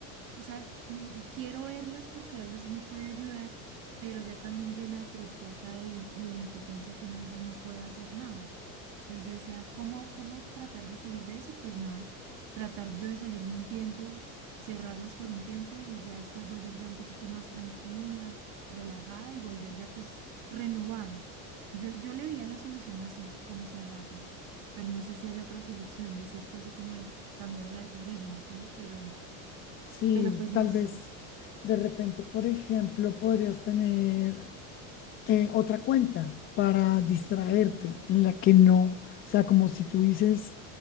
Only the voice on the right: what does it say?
o sea, mm, quiero verlas porque a veces uno puede ayudar pero ya también llena de tristeza y, y de impotencia que uno a veces no puede hacer nada. Entonces yo decía, ¿cómo, cómo tratar de salir de eso? Pues nada, tratar yo de salirme un tiempo, cerrarlas por un tiempo y ya después volver ya un poquito más tranquila, relajada y volver ya pues renovada. Yo, yo le veía la solución así, como cerrarlas, pero no sé si haya otra solución, dice esto así como de cambiar el algoritmo, ¿no? Pero,
pero pues no
sé.
Mm,